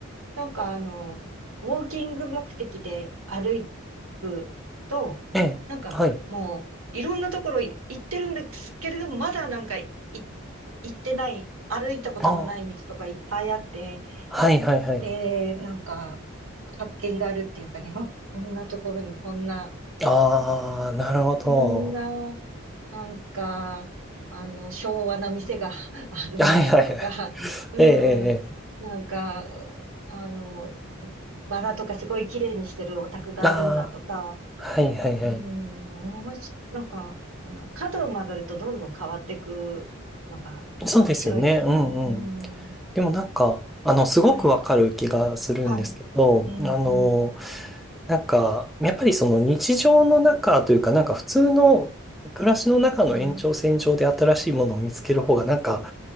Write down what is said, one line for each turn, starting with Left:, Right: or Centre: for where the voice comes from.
Right: なんかあの、ウォーキング目的で歩くと、
Centre: ええ、
Right: なんかもういろんなところい行ってるんですけれども、
Centre: はい。
Right: まだなんかい行ってない、歩いたことのない道とかいっぱいあって、
Centre: ああ。はいはいはい。
Right: で、なんか発見があるっていうかね、<laughs> あ、こんなところにこんな
Centre: ああ、なるほど。
Right: こんな、なんか、あの、昭和な店が <laughs> あるんだとか、
Centre: はいはいはい。
Right: <laughs> うん、
Centre: ええ、ええ。え
Right: なんか、あの、バラとかすごい綺麗にしてるお宅があるんだとか、
Centre: えああ、はいはいはい。
Right: うん、面白いなんか、あの、角を曲がるとどんどん変わっていくのが面白いですね。
Centre: そうですよね。うんうん。
Right: うん、
Centre: でもなんか、あの、すごくわかる気がするんですけど、
Right: はい、はい、うん、
Centre: あの、
Right: うん、
Centre: なんか、やっぱりその日常の中というか、なんか普通の暮らしの中の延長線上で新しいものを見つける方が、
Right: うん、
Centre: なんか、